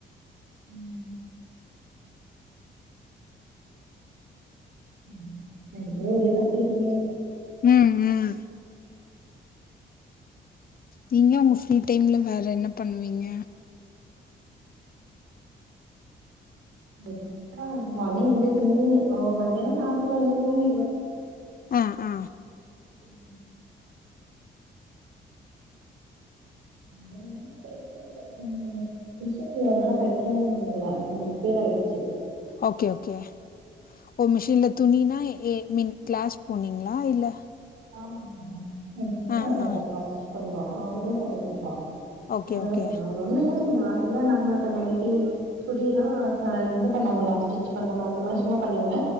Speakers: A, on the right (about 80°); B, on the left (about 45°).
A: ம் ம் எப்டியோரு வழியா கத்துக்கிட்டீங்க
B: ம் ம் நீங்க உங்க ஃப்ரீ டைம்ல வேற என்ன பண்வீங்க
A: இந்த பெட்டார்ந்தாலே <unintelligible> ஓ மத்தியானோ சாப்டுவாங்க தூங்கிடுவே
B: ஆ ஆ
A: ம் வேறொன்னு பெருசால்ல ம் மிஷின்ல என்னால தெக்கவு முடில கொஞ்சோ ரிப்பேர் ஆயிடுச்சு
B: ஓகே ஓகே ஓ மிஷின்ல துணினா எ ஏ மீன் க்ளாஸ் போனீங்களா இல்ல
A: ஆமாங்க எ சிஸ்டர்
B: ஆ
A: நல்லா
B: ஆ
A: தப்பா ஸ்டிச் பண்ணுவா அவதா சொல்லி குடுப்பா
B: ஓகே
A: அவளப்
B: ஓகே
A: அவ உண்மைல நார்மலா நம்ம இப்ப நைட்டி சுடியெல்லா ப இது பண்ணோல ஸ்டிச் பண்ண அந்த மாிரி சும்மா பண்ணுங்க